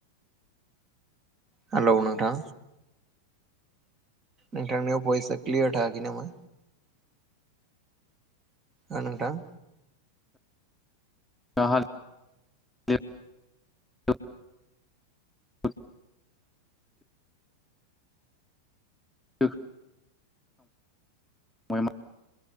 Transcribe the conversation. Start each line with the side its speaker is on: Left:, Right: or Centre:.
Right: हेलौ नोंथां नोंथांनियाव भइस क्लियार थायाखै नामा? ना‌ नोंथां
Centre: जाहा <unintelligible> <unintelligible> <unintelligible>